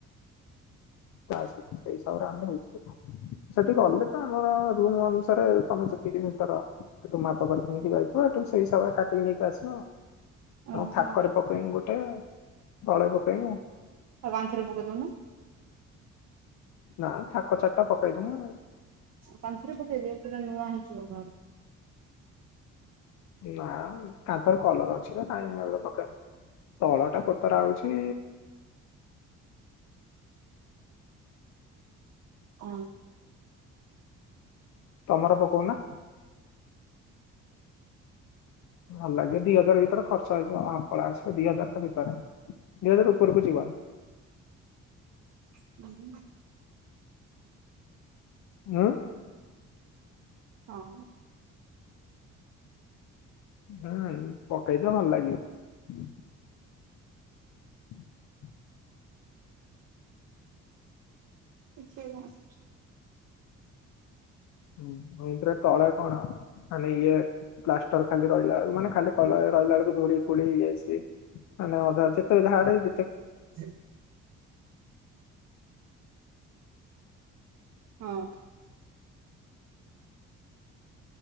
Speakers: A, on the left; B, on the right.
A: ଆସୁଛି ସେଇ ହିସାବରେ ଆଣେ ହେଇଯିବ ସେଠି ଗଲେ ତ ଆମର। ରୁମ୍ ଅନୁସାରେ ତମେ ସେତିକି ମିଟର। ତୁ ମାପ କରିକି ନେଇକି ଯାଇଥିବ ହେଟୁ ସେଇ ହିସାବରେ କାଟିକି ନେଇକି ଆସିବ।
B: ଓହୋ
A: ଥାକରେ ପକେଇମି ଗୋଟେ ତଳେ ପକେଇମି।
B: ଆ କାନ୍ଥରେ ପକେଇଦଉନୁ।
A: ନା ଥାକ ଚାରିଟା ପକେଇଦମା।
B: କାନ୍ଥରେ ପକେଇଦିଅ ସେଟା ନୂଆ ହେଇଯିବର।
A: ନା କାନ୍ଥରେ କଲର ଅଛି ନା କାହିଁ ଏଇନା ଗୋଟେ ପକେଇମି ତଳଟା କୋତରା ହେଉଚି।
B: ହୁଁ
A: ତମର ପକଉନା? ଭଲ ଲାଗେ ଦି ହଜାର ଭିତରେ ଖର୍ଚ୍ଚ ହେଇଯିବ ହା ପଳେଇ ଆସିବ ଦିଇ ହଜାର ତ ପରେ ଦି ଦଜାର ଉପରକୁ ଯିବା
B: ହ। <unintelligible>
A: ଉଁ?
B: ହଁ।
A: ହଁ ପକାେଇଚ ଭଲ ଲାଗିବ। <inaudible>
B: <unintelligible>
A: ଏମିତି ରେ ତଳେ କଣ ଆ ଇଏ ପ୍ଲାଷ୍ଟର ଖାଲି ରହିଲା ବେଳକୁ ମାନେ ଖାଲି କଲର୍ ହେଇ ରହିଲା ବେଳକୁ ଧୂଳି ଫୁଳି ଇଏ ସିଏ ମାନେ ଅଧା ଯେତେ ବି ଝାଡେ ଯେତେ
B: ସେ ହଁ